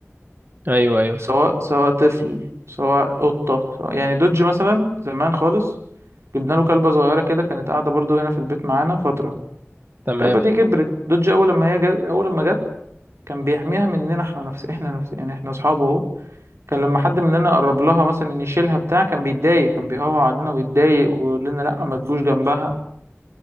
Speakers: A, on the right; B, on the right.
A: ايوه ايوه
B: سواء سواء طفل سواء قطة سواء... يعني دوج مثلا زمان خالص جبنا له كلبة صغيرة كده كانت قاعدة برضو هنا في البيت معانا فترة
A: تمام
B: الكلبة دي كبرت دوج أول لما هي جا... أول لما جت كان بيحميها مننا احنا نفس احنا نفس يعني احنا أصحابه أهو كان لما حد مننا قرب لها مثلا ان يشيلها بتاع كان بيتضايق كان بيهوى علينا ويتضايق ويقول لنا لأ ما تجوش جنبها